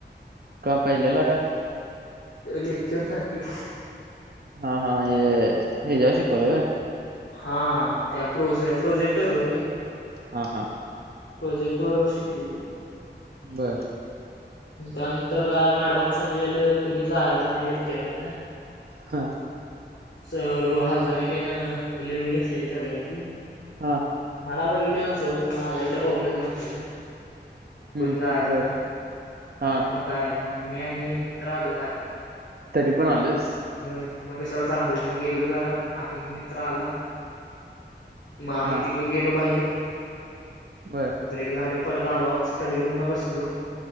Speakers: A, on the right; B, on the left.
A: का पहिलेला का
B: लेक्चर साठी
A: हा हा म्हणजे हे जाऊ शिकल
B: हा त्या प्रोजे प्रोजेक्टर वर रे
A: हा हा
B: प्रोजेक्ट बरोबर शिकवे
A: बर
B: त्यानंतर काय मॅडमन सांगलेलं कुणी जायज नाही आहे लेक्चर मधन
A: हा
B: सर्व हजरी तेन लिहून घेतलेली सगळ्यांची.
A: हा!
B: मला बघितलेल सोड माझ्याकडें बघूनच म्हनलीया.
A: हं.
B: कुणी जायचं
A: बरं.
B: नाही
A: हां.
B: आण मग काय मम्मी आणि मी तर आलो खाली.
A: तरी पण आलंस?
B: हो मग कशाला थांबू मग गेलो जरा आणि मित्र आला म आम्ही
A: हां.
B: तिघं गेलो बाहेर
A: बरं!
B: ब्रेक झाल परत आलो आज स्टडी रूमला बसलेलो.